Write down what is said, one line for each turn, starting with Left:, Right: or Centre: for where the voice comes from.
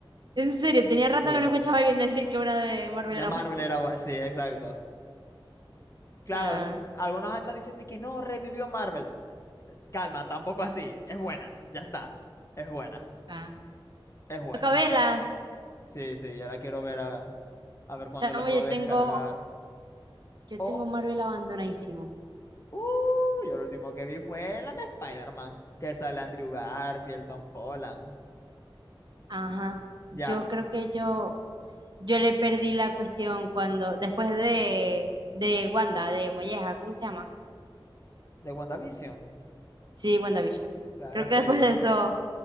Right: En serio, tenía rato
Left: Sí,
Right: que
Left: eh,
Right: no escuchaba a alguien decir que una de Marvel
Left: de
Right: era
Left: Marvel
Right: buena.
Left: era buena. Sí, exacto. Claro,
Right: No,
Left: n- algunos andan diciendo que no, revivió Marvel. Calma, tampoco así. Es buena, ya está. Es buena,
Right: Ah.
Left: es buena.
Right: Toca verla.
Left: Sí, sí, ya la quiero ver a, a ver cuándo
Right: Chamo,
Left: la puedo
Right: yo
Left: descargar.
Right: tengo, yo
Left: o
Right: tengo Marvel abandonadísimo.
Left: Uh, yo lo último que vi fue la de Spider-Man, que sale Andrew Garfield, Tom Holland,
Right: Ajá.
Left: ya,
Right: Yo creo que yo, yo le perdí la cuestión cuando, después de, de Wanda, de Molleja, ¿cómo se llama?
Left: de WandaVision,
Right: Sí, WandaVision.
Left: la,
Right: Creo
Left: la serie.
Right: que después de eso,